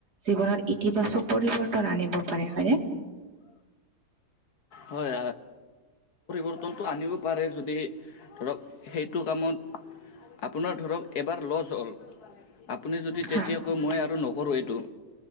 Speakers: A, on the right; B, on the left.
A: জীৱনত ইতিবাচক পৰিৱৰ্তন আনিব পাৰে হয়নে?
B: হয়, ৰ্তনটো আনিব পাৰে যদি, ধৰক সেইটো কামত আপোনাৰ ধৰক এবাৰ লজ হ'ল। আপুনি যদি তেতিয়া
A: হয়
B: কৈ মই আৰু নকৰোঁ এইটো,